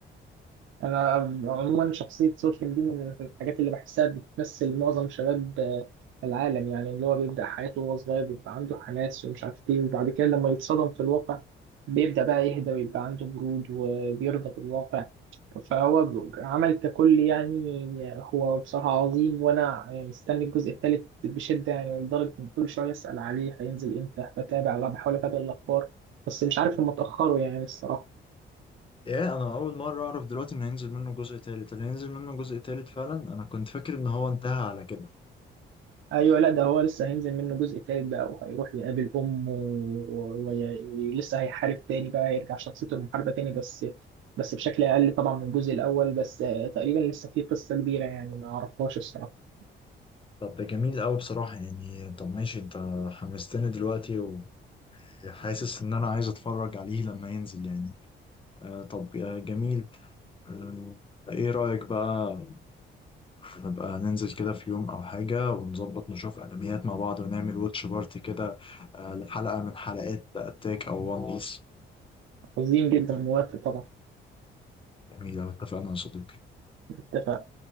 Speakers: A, on the right; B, on the left.
A: انا عموما شخصيه سورفين دي من الحاجات اللي بحسها بتمثل معظم شباب آه، العالم يعني اللي هو بيبدا حياته وهو صغير بيبقى عنده حماس ومش عارف ايه وبعد كده لما يتصدم في الواقع بيبدا بقى يهدى ويبقى عنده برود وبيرضى بالواقع فهو ب- عمل ككل يعني هو بصراحه عظيم وانا يعني مستني الجزء الثالث بشده يعني لدرجه ان كل شويه اسال عليه هينزل امتى بتابع بحاول اتابع الاخبار بس مش عارف هم اتاخروا يعني الصراحه
B: ايه انا اول مره اعرف دلوقتي ان هينزل منه جزء تالت اللي هينزل منه جزء تالت فعلا انا كنت فاكر ان هو انتهى على كده
A: ايوه لا ده هو لسه هينزل منه جزء تالت بقى وهيروح يقابل امه و- وي- ولسه هيحارب تاني بقى هيرجع شخصيته المحاربه تاني بس بس بشكل اقل طبعا من الجزء الاول بس آه، تقريبا لسه في قصه كبيره يعني ما اعرفهاش الصراحه
B: طب ده جميل قوي بصراحه يعني طب ماشي انت حمستني دلوقتي وحاسس ان انا عايز اتفرج عليه لما ينزل يعني آه طب يا جميل آه ايه رايك بقى نبقى ننزل كده في يوم او حاجه ونظبط نشوف انميات مع بعض ونعمل واتش بارتي كده آه لحلقه من حلقات اتاك او وان خلاص بيس
A: عظيم جدا موافق طبعا
B: جميل أوي، اتفقنا يا صديقي
A: اتفق